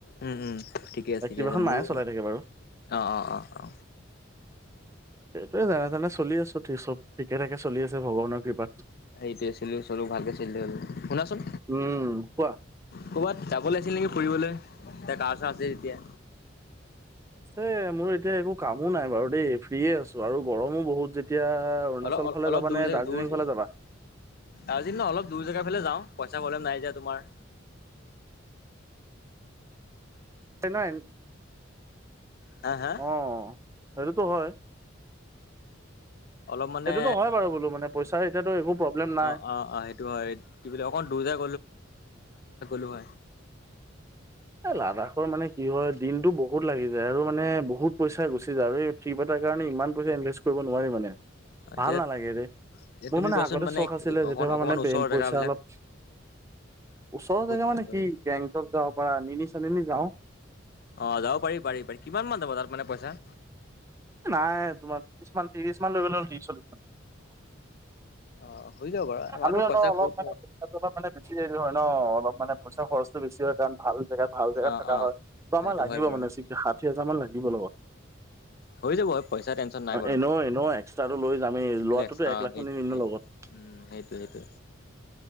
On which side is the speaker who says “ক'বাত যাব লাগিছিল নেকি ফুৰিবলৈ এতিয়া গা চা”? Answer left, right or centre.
Left